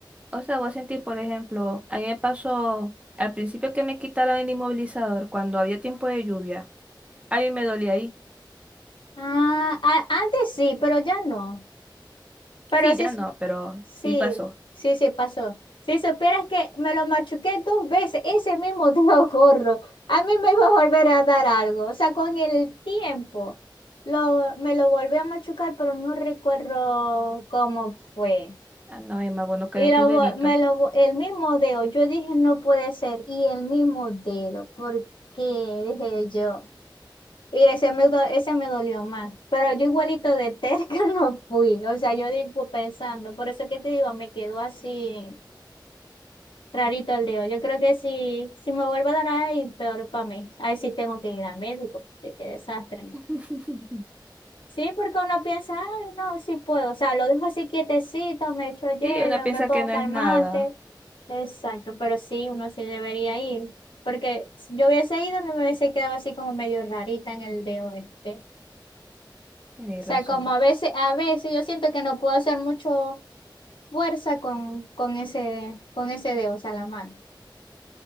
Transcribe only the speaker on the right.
O sea, vos sentís, por ejemplo, a mí me pasó al principio que me quitaron el inmovilizador cuando había tiempo de lluvia. A mí me dolía ahí.
Sí,
ya
no, pero
sí pasó.
Ah, no, Emma, bueno, caeré
tu dedito.
<laughs>
Sí, una piensa
que no
es nada.
Tienes
razón.